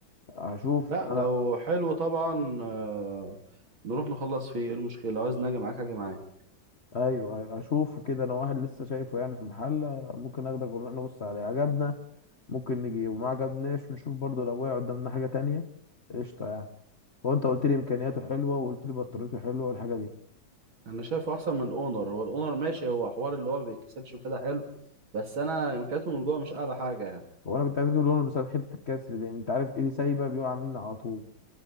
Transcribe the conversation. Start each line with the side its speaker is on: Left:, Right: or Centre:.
Left: هشوف
Right: لا
Left: انا
Right: لو حلو طبعا آه، نروح نخلص فيه ايه المشكلة لو عايز نجي معاك هاجي معاك
Left: ايوه أيوة، اشوفه كده انا واحد لسه شايفه يعني في محل ممكن اخدك ونروح نبص عليه عجبنا ممكن نجي وما عجبناش نشوف برضه لو وقع قدامنا حاجه تانية قشطه يعني هو انت قلت لي امكانياته حلوه وقلت لي بطاريته حلوه والحاجه دي
Right: انا شايفه احسن من اونر هو الاونر ماشي هو حوار اللي هو ما بيتكسرش وكده حلو بس انا امكانياته من جوه مش اعلى حاجه يعني
Left: هو انا كنت عايز اجيب لونه بسبب حته الكسر دي انت عارف ايدي سايبه بيقع مني على طول